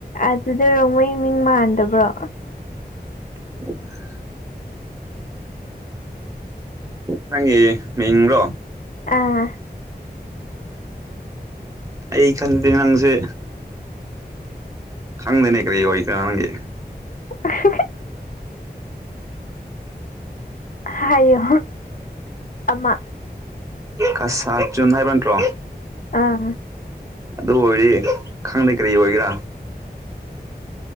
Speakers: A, on the left (about 55°); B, on the right (about 20°).
A: ꯑꯗꯨꯗ ꯔꯣꯡꯃꯩ ꯃꯤꯡ ꯃꯥꯟꯗꯕ꯭ꯔꯣ
B: <inaudible> ꯅꯪꯒꯤ ꯃꯤꯡꯔꯣ
A: ꯑꯥ
B: ꯑꯩ ꯈꯟꯗꯦ ꯅꯪꯁꯦ ꯈꯪꯗꯅꯦ ꯀꯔꯤ ꯑꯣꯏꯇꯥ ꯅꯪꯒꯤ
A: <inaudible> ꯍꯥꯏꯌꯣ ꯑꯃ
B: ꯀꯁꯥ ꯆꯨꯟ ꯍꯥꯏꯕ꯭ꯔ ꯅꯠꯇ꯭ꯔꯣ
A: ꯑꯥ
B: ꯑꯗꯨ ꯑꯣꯏꯤ ꯈꯪꯗꯦ ꯀꯔꯤ ꯑꯣꯏꯒꯦꯔꯥ